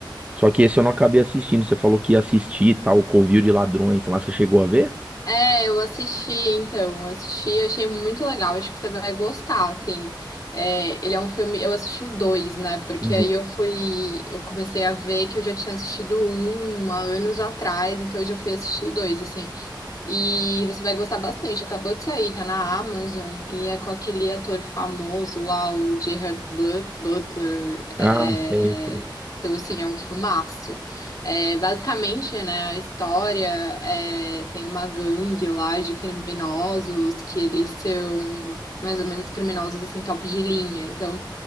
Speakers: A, on the right; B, on the left.
A: Só que esse eu não acabei assistindo. Você falou que ia assistir tal, o Covil de Ladrões lá. Você chegou a ver?
B: É, eu assisti, então, assisti, achei muito legal, acho que você vai gostar, assim, é, ele é um filme, eu assisti o dois, né, porque
A: Uhum.
B: aí eu fui, eu comecei a ver que eu já tinha assistido um há anos atrás, então eu já fui assistir o dois, assim, e você vai gostar bastante. Acabou de sair, tá na Amazon e é com aquele ator famoso lá, o Gerard Blut- Butler.
A: Ah,
B: É...
A: sei, sei.
B: Então, assim, é um filmaço. É, basicamente, né, a história é, tem uma gangue lá de criminosos que eles são mais ou menos criminosos, assim, top de linha. Então,